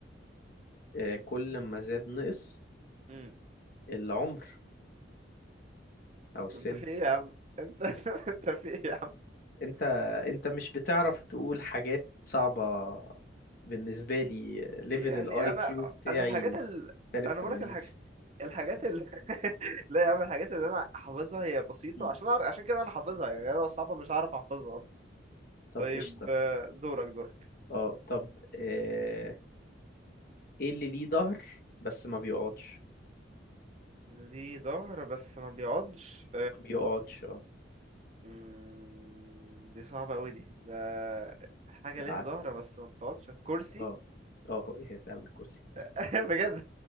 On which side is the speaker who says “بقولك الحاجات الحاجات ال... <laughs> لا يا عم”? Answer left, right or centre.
Right